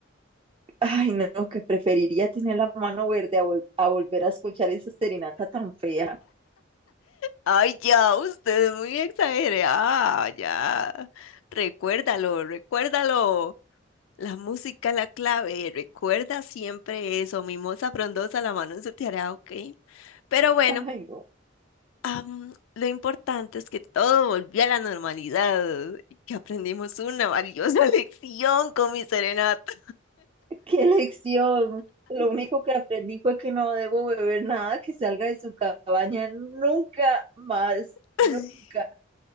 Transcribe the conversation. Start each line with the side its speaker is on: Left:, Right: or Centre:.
Right: Ay, no, que preferiría tener la mano verde a, vol- a volver a escuchar esa serenata tan fea.
Left: Ay, ya, usted es muy exagerada, ya. Recuérdalo, recuérdalo. La música es la clave, recuerda siempre eso, mimosa frondosa, la mano en su tiara ok. Pero bueno,
Right: Ay, no,
Left: am, lo importante es que todo volvió a la normalidad y que aprendimos una valiosa <laughs> lección con mi serenata.
Right: <laughs> qué lección. Lo único que aprendí fue que no debo beber nada que salga de su cabaña nunca más,
Left: <laughs>
Right: nunca.